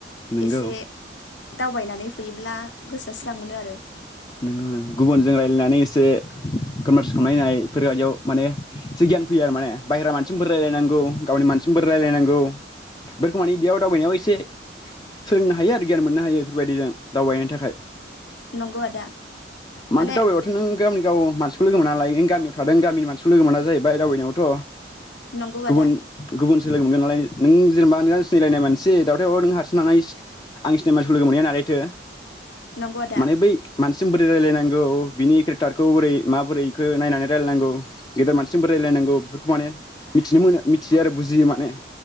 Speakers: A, on the left; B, on the left.
A: नोंगौ
B: एसे दावबायनानै फैयोब्ला गोसोआ स्रां मोनो आरो
A: नोंगौ नों गुबुनजों रायजलायनानै एसे कनभार्स खालामलायनाय फोरबायदियाव माने एसे गियान फैयो आरो माने बाहेरा मानसिजोंबो रायजलायनांगौ गावनि मानसिजोंबो रायलायनांगौ बेफोरखौ मानिे बिदियाव दावबायनायाव एसे सोलोंनो हायो आरो गियान मोननो हायो बेफोरबायदि जों दावबायनायनि थाखाय
B: नंगौ आदा माने
A: मानोथो दावबायबाथ' नों गावनि गाव मानसि खौ लोगो मोना लाय गामियाव थादों गामिनि मानसिखौ लोगो मोना जाहैबाय दावबायनायावथ'
B: नंगौ
A: गुबुन-गुबुन
B: आदा
A: लोगो मोनगोन नालाय नों जेनेबा नों सिनायलायनाय मानसि दावथायाव नों हारसिं आं सिनिनाय मानसि लोगो मोनहैया नालायथो
B: नंगौ आदा
A: माने बै मानसिजों बोरै रायजलायनांगौ बिनि केरेक्टारखौ बोरै माबोरैखौ नायनानै रायजलायनांगौ गेदेर मानसिजों बोरै रायजलायनांगौ बेफोरखौ माने मिथिनो मोनो मिथियो आरो बुजियो माने